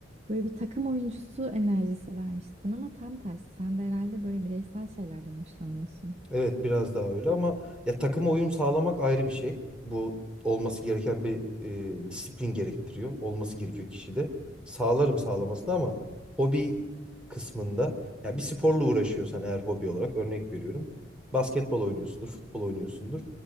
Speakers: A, on the right; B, in the centre.
A: Böyle bir takım oyuncusu enerjisi vermiştin ama tam tersi. Sen de herhalde böyle bireysel şeylerden hoşlanıyorsun.
B: Evet biraz daha öyle ama ya takıma uyum sağlamak ayrı bir şey. Bu olması gereken bir e, disiplin gerektiriyor. Olması gerekiyor kişide. Sağlarım sağlamasını ama hobi kısmında ya bir sporla uğraşıyorsan eğer hobi olarak örnek veriyorum. Basketbol oynuyorsundur, futbol oynuyorsundur.